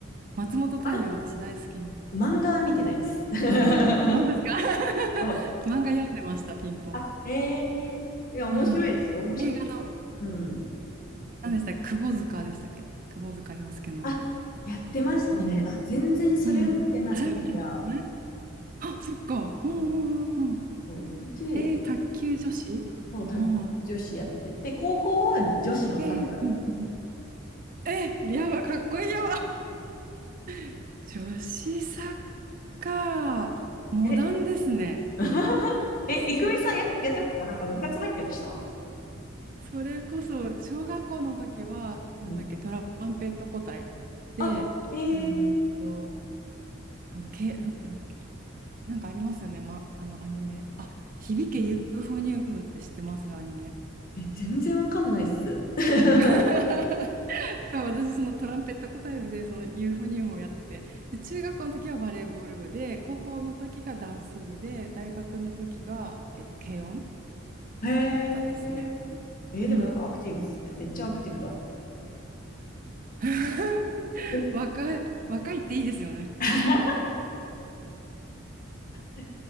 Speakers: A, on the right; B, on the left.
A: 松本太陽、
B: ま
A: 私大好きです。
B: 漫画は見てないです。<laughs>
A: 何ですか <laughs>
B: そう
A: 漫画読んでました、ピンポン。
B: あ、ええいや、面白いですよ。
A: うん。
B: 面白い。
A: 映画の、
B: うん。
A: 何でしたっけ、窪塚でしたっけ久保塚洋介の。
B: あ、やってましたね。
A: ピンポ
B: あ、全然それを見てな、
A: ン。うん。あ、それ見てない
B: ないや。
A: あ、そっか。うんうんうんうん。
B: うんそう。で、
A: えー、卓球女子は
B: そう、卓女子やってて、高校は女子のサッカーやっ
A: い。えー、うんうん。えー、やば、かっこいいよ。<laughs> 女子サッカー、モダンですね。
B: て、え、<laughs>
A: そ、
B: え、いくみさんや、やってましたなんか部活入ってました
A: それこそ、小学校の時は、なんだっけ、
B: うん、
A: トランペット個体で、
B: あ、え
A: うーんと、
B: ー、
A: あの、け、な、なんだっけな、なんかありますよね、ま、あの、アニメ。あ、響けユーフォニウムって知ってます、アニメ。
B: え、全然わかんないっす。<laughs>
A: <laughs> そう私、そのトランペット小体部で、そのユーフォニウムをやってて、で、中学校の時はバレーボール部で、高校の時がダンス部で、大学の時が、えっと、軽音
B: へ
A: だったですね。
B: え。
A: うん、
B: えーでもなんかアクティブっすね。
A: うん、うんうん
B: めっちゃアクティブだ。
A: <laughs>。
B: え
A: 若い、若いっていいですよね。
B: <laughs> え、